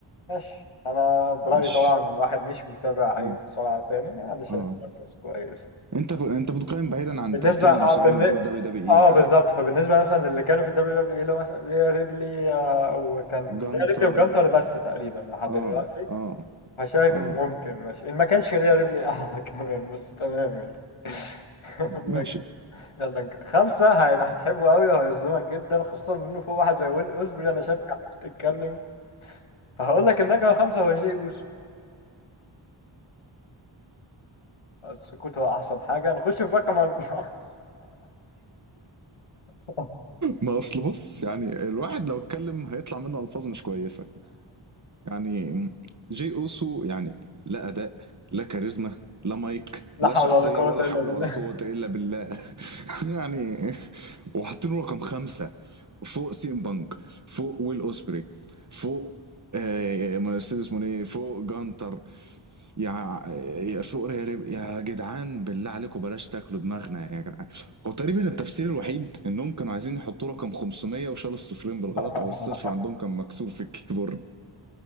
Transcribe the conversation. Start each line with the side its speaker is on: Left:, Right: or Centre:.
Left: ماشي انا برايي
Right: ماشي
Left: طبعا واحد مش متابع اي
Right: اه
Left: مصارعه تاني انا شايف
Right: اه
Left: مركز كويس
Right: انت ب... انت بتقيم بعيدا عن
Left: بالنسبه
Right: ترتيب
Left: اه
Right: المصارعين
Left: بالن...
Right: اللي بره دبليو دبليو اي
Left: اه
Right: يعني
Left: بالظبط فبالنسبه مثلا للي كانوا في الدبليو دبليو اي، اللي هو مثلا ريا ريبلي آه، وكان ريا
Right: جانتر
Left: ريبلي وجانتر بس تقريبا لحد دلوقتي
Right: اه اه
Left: فشايف
Right: اه
Left: انه ممكن ماشي ان ما كانش ريا ريبلي اعلى <laughs> كمان بس تمام يعني <laughs> يلا
Right: ماشي
Left: نك- يلا نك- خمسة هي- هتحبه قوي وهيظلمك جدا خاصة انه فوق واحد زي ويل اوزبري انا شايفك عمال تتكلم فهقول لك النجمة خمسة هو جاي اوسو السكوت هو احسن حاجه نخش في رقم اربعه <laughs>
Right: ما اصل بص يعني الواحد لو اتكلم هيطلع منه الفاظ مش كويسه يعني جي اوسو يعني لا اداء لا كاريزما لا مايك
Left: لا
Right: لا
Left: حول
Right: شخصية
Left: ولا قوه
Right: ولا
Left: الا
Right: حول
Left: بالله
Right: ولا قوة إلا بالله <laughs> يعني وحاطينه رقم خمسة فوق سيم بانك فوق ويل أوسبري فوق آه، مرسيدس موني فوق جانتر يا يا فوق ريري- يا جدعان بالله عليكم بلاش تاكلوا دماغنا يا جدعان هو تقريبا التفسير الوحيد انهم كانوا عايزين يحطوا رقم 500 وشالوا الصفرين بالغلط
Left: <laughs>
Right: او الصفر عندهم كان مكسور في الكيبورد